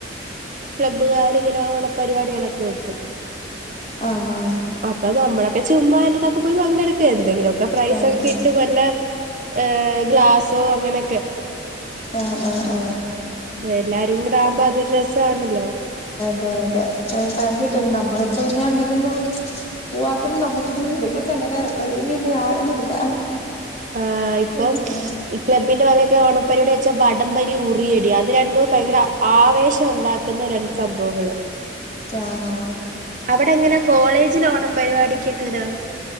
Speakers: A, on the right; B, on the left.
A: ക്ലബ്ബുകാര് ഇങ്ങനെ ഓണപരിപാടികളൊക്കെ വെക്കും
B: ആഹ
A: അപ്പൊ നമ്മളൊക്കെ ചുമ്മാ ആയിൻ്റെതൊക്കെ പോയി പങ്കെടുക്ക് എന്തെങ്കിലും ഒക്കെ പ്രൈസ്
B: ആഹ്
A: ഒക്കെ കിട്ടും വല്ല ഏഹ് ഗ്ലാസോ അങ്ങനെ
B: ആ ആ ആ
A: എല്ലാരും കൂടെ ആവുമ്പോ അതൊരു രസവാണല്ലോ
B: അതെ അതെ ആ കണ്ടിട്ടുണ്ട് നമ്മളിപ്പോ <unintelligible> അങ്ങനെ നെ ഒന്നും പോവത്തൊണ്ട് നമുക്ക് ഇങ്ങന അതെ കുറിച്ച് അങ്ങനെ വലിയ ഒരു ധാരണയില്ല
A: ആ ഇപ്പം
B: ഏഹ്
A: ഇ ക്ലബ്ബിന്റെ വക ഒക്കെ ഓണപരിപാടി വെച്ചാ വടം വലി ഉറിയടി അത് രണ്ടു ഭയങ്കര ആ ആവേശം ഉണ്ടാക്കുന്ന രണ്ട് സംഭവങ്ങള്
B: ആഹാ
A: അവിടെ എങ്ങനാ കോളേജില ഓണ പരിപാടിക്ക് എങ്ങനാ